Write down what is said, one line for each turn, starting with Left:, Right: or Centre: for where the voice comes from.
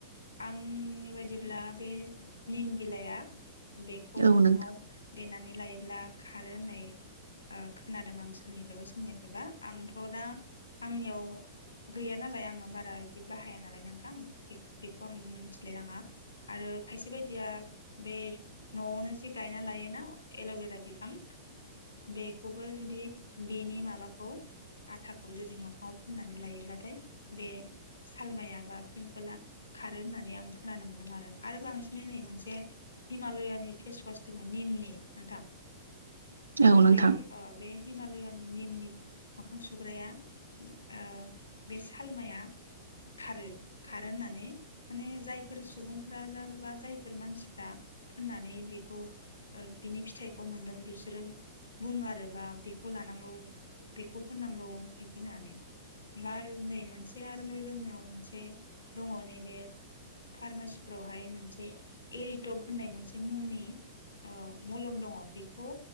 Left: आंनि बायदिब्ला बे निम बिलाइया, बेखौ
Right: औ
Left: मोखाङाव
Right: नोंथां
Left: देनानै लायोब्ला, खारो होननाय ओ खोनादों आं सोरनि फ्रायबा सोरनिफ्रायबा आं, थ' दा आंनियाव, गैया नालाय आंनाव बारा बिदि बाहाया नालाय नोंथां बे बेखौ आं मिथिलायनाङा आरो खायसे बायदिया बे न'आवनो जि गायना लायोना एलबेरा बिफां बेखौबो जुदि बेनि माबाखौ आथाखौ जुदि मोखाङाव, फुननानै लायोब्लाथाय बे सालमाया बा पिम्पला खारो होननानै आं खोनानो मोनदों आरो आरो बांसिनै नै मोनसे हिमालयानि फेसवास दोङो निमनि नोंथां,
Right: औ नोंथां
Left: बेहि अ बे हिमालया नि निमनि मोखां सुग्राया, ओ बे सालमाया खारो खारो होननानै माने जायफोर सुबुंफ्रा जा बा जायफोर मानसिफ्रा फोननानै बेखौ ओ बिनि फिथाइखौ मोनदों बिसोरो बुङो आरो बा बेखौ लानांगौ बेखौ फोननांगौ बिदि होननानै बारजिनाय मोनसेया आरोबाव जोंनियाव मोनसे दङ नैबे फार्मासिफोरावहाय मोनसे एरिटप होननाय मोनसे मुंनि ओ मलम दङ बेखौ